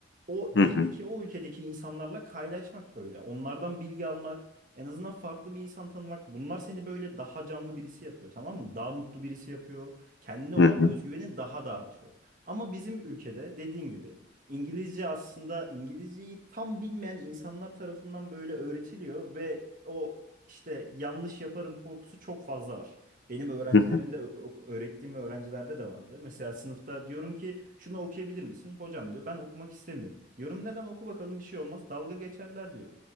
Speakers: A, on the right (about 45°); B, on the left (about 60°).
A: o
B: Hı
A: dildeki
B: hı,
A: o ülkedeki insanlarla kaynaşmak böyle onlardan bilgi almak en azından farklı bir insan tanımak bunlar seni böyle daha canlı birisi yapıyor tamam mı daha mutlu birisi yapıyor kendine olan
B: hı hı,
A: özgüvenin daha da artıyor ama bizim ülkede dediğin gibi İngilizce aslında İngilizceyi tam bilmeyen insanlar tarafından böyle öğretiliyor ve o işte yanlış yaparım korkusu çok fazla var. Benim öğrencilerimde,
B: hı hı,
A: ö- ö- öğrettiğim öğrencilerde de vardı. Mesela sınıfta diyorum ki şunu okuyabilir misin? Hocam diyor ben okumak istemiyorum. Diyorum neden oku bakalım bir şey olmaz dalga geçerler diyor.